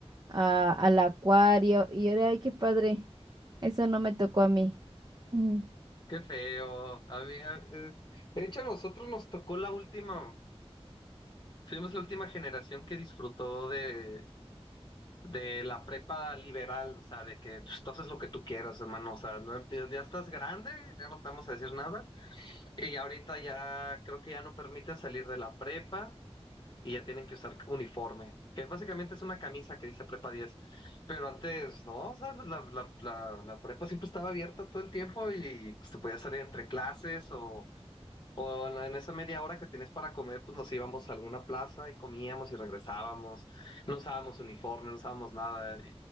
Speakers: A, on the right; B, on the left.
A: a- al acuario. Y yo, ay, qué padre, eso no me tocó a mí. Ujú.
B: Qué feo. A mí, eh, eh, de hecho, a nosotros nos tocó la última, fuimos la última generación que disfrutó de, de la prepa liberal, o sea, de que pues, tú haces lo que tú quieras, hermano, o sea, no- ya ya estás grande, ya no te vamos a decir nada. Y ahorita ya creo que ya no permiten salir de la prepa. y ya tienen que usar uniforme, que básicamente es una camisa que dice prepa diez pero antes no, o sea, la, la, la, la prepa siempre estaba abierta todo el tiempo y se podía salir entre clases o, o en la- en esa media hora que tenías para comer, pues nos íbamos a alguna plaza y comíamos y regresábamos, no usábamos uniforme, no usábamos nada, y